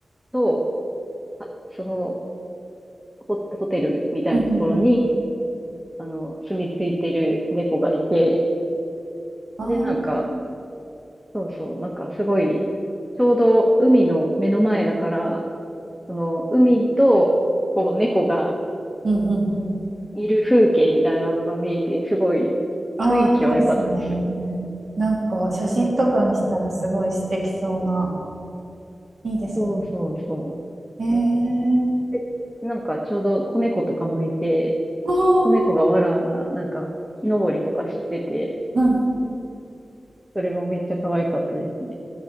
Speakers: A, in the centre; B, on the right.
A: と、あそのホホテルみたいなところに、
B: うんうんうん
A: あの、住み着いてる猫がいて、
B: ああ
A: で、なんか、
B: ー
A: そうそう、なんかすごい、ちょうど海の目の前だから、その海と、こう、猫が
B: うんうんうん
A: いる風景みたいなのが見えて、すごい
B: ああーいいですね。
A: 雰囲気は良かったですよ。
B: なんか写真とかにしたらすごい素敵そうな。
A: うん。
B: いいですね。
A: そうそうそう。
B: えー、
A: うん。で、なんかちょうど子猫とかもいて、
B: ああ、
A: 子猫がわらわら、なんか木登りとかしてて、
B: うん。
A: それもめっちゃ可愛かったですね。